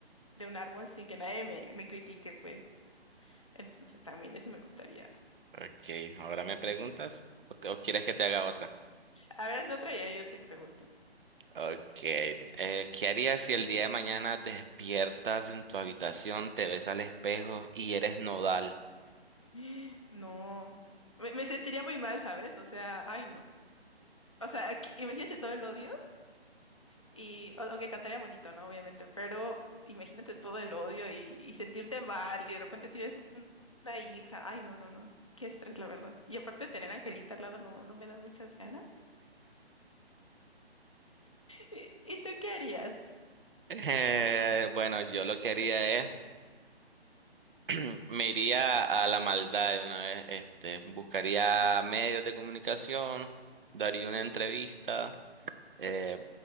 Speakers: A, on the left; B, on the right.
A: de un árbol sin que nadie me, me critique, pues. Entonces también eso me gustaría.
B: Ok, ahora me preguntas o, te- o quieres que te haga otra.
A: A ver, hazme otra y ahí yo te pregunto.
B: Ok, eh, ¿qué harías si el día de mañana despiertas en tu habitación, te ves al espejo y eres nodal? <laughs>
A: <gasps> No. Me, me sentiría muy mal, ¿sabes? O sea, ay, no. O sea, que- imagínate todo el odio Y o- aunque cantaría bonito, ¿no? Obviamente, pero imagínate todo el odio y, y sentirte mal y de repente tienes un- una hija. Ay, no, no, no. Qué estrés, la verdad. Y aparte de tener a Angelita al lado, no, no me dan muchas ganas. ¿Y, y tú qué harías?
B: Eh, bueno, yo lo que haría es, <clears throat> me iría a la maldad de una vez, este, buscaría medios de comunicación, daría una entrevista, eh,